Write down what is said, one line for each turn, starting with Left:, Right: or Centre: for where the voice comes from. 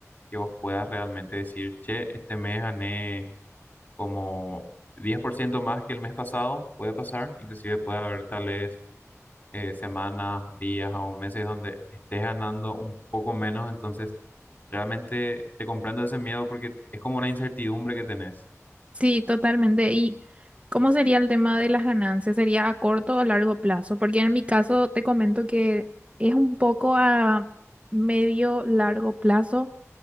Left: que vos puedas realmente decir, che, este mes gané como 10% más que el mes pasado, puede pasar, inclusive puede haber tal vez eh, semanas, días o meses donde estés ganando un poco menos, entonces realmente te comprendo ese miedo porque es como una incertidumbre que tenés.
Right: Sí, totalmente. ¿Y cómo sería el tema de las ganancias? ¿Sería a corto o largo plazo? Porque en mi caso te comento que es un poco a medio largo plazo